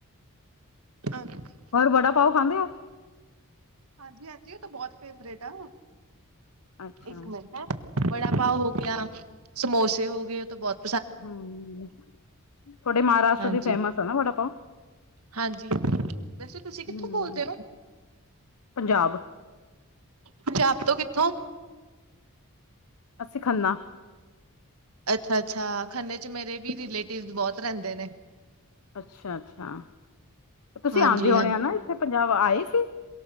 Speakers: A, on the right (about 75°); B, on the left (about 85°).
A: ਹਾਂਜੀ।
B: ਔਰ ਵੜਾ ਪਾਓ ਖਾਂਦੇ ਓ।
A: ਹਾਂਜੀ -ਹਾਂਜੀ ਓ ਤਾਂ ਬੋਤ ਫੇਵਰੇਟ ਆ,
B: ਅੱਛਾ
A: ਇੱਕ ਮਿੰਟ- ਹਾ ਵੜਾ-ਪਾਓ ਹੋ ਗੇਆ, ਸਮੋਸੇ ਹੋ ਗਏ, ਓ ਤਾਂ ਬੋਤ
B: ਹਾਂ ਤੋਡੇ ਮਹਾਰਾਸ਼ਟਰ
A: ਹਾਂਜੀ,
B: ਦੀ ਫੇਮਸ ਆ ਨਾ-ਵੜਾ ਪਾਓ?
A: ਹਾਂਜੀ, ਵੈਸੇ ਤੁਸੀਂ
B: ਹੂੰ
A: ਕਿੱਥੋਂ ਬੋਲਦੇ ਓ?
B: ਪੰਜਾਬ
A: ਪੰਜਾਬ ਤੋਂ ਕਿੱਥੋਂ?
B: ਅਸੀਂ ਖੰਨਾ
A: ਅੱਛਾ-ਅੱਛਾ ਖੰਨੇ ਚ ਮੇਰੇ ਵੀ ਰੀਲੇਟੀਵਜ ਬਹੁਤ ਰਹਿੰਦੇ ਨੇ।
B: ਅੱਛਾ-ਅੱਛਾ, ਤੁਸੀਂ
A: ਹਾਂਜੀ,
B: ਆਂਦੇ ਹੋਣੇ ਆ ਨਾ ਏਥੇ ਪੰਜਾਬ ਆਏ ਸੀ?